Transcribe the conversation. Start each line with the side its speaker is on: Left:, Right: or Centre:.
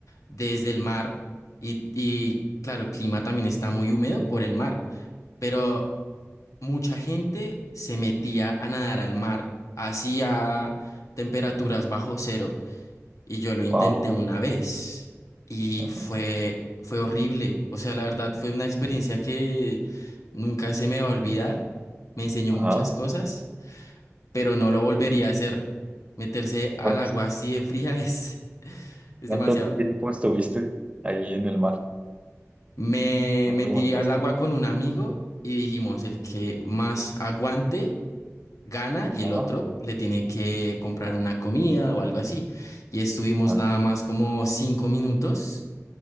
Left: desde el mar y, y claro, el clima también está muy húmedo por el mar, pero mucha gente se metía a nadar al mar, así a temperaturas bajo cero, y yo lo intenté
Right: Wow.
Left: una vez y
Right: <laughs>
Left: fue fue horrible, o sea, la verdad fue una experiencia que nunca se me va a olvidar, me enseñó
Right: Ajá.
Left: muchas cosas, pero no lo volvería a hacer. Meterse al
Right: ¿Cuán-
Left: agua así de fría es <laughs> es
Right: ¿Cuánto
Left: demasiado.
Right: tiempo estuviste ahí en el mar?
Left: Me
Right: ¿No
Left: metí
Right: te aguantaste?
Left: al agua con un amigo y dijimos,
Right: Ujú.
Left: el que más aguante gana y el
Right: Ah,
Left: otro le tiene que comprar una comida o algo así. Y estuvimos
Right: ah.
Left: nada más como cinco minutos